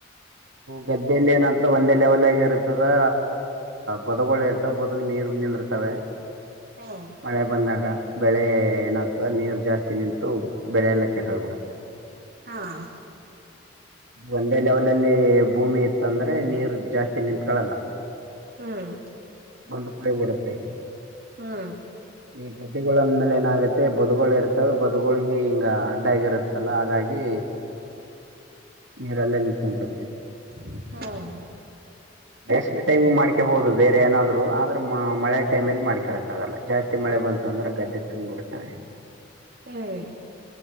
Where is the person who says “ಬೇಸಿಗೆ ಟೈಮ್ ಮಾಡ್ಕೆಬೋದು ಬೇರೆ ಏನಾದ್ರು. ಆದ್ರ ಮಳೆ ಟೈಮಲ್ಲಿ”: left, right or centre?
Right